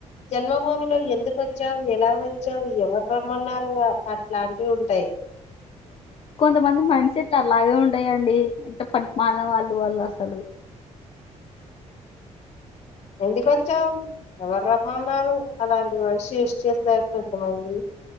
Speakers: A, on the left (about 65°); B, on the left (about 50°).
A: జన్మభూమిలో ఎందుకొచ్చావ్ ఎలా వొ చౌ ఎవరు రమ్మన్నారు అట్లాన్ ఉంటాయ్
B: కొంతమంది మైండ్ సెట్లు అలాగే ఉంటయండి ఎంత పనికిమాలిన వాళ్ళు లు వాళ్ళు అసలు
A: ఎందుకొచ్చావు ఎవరు రమ్మన్నారు అలాంటి మనిషి యూస్ చేస్తారు కొంతమంది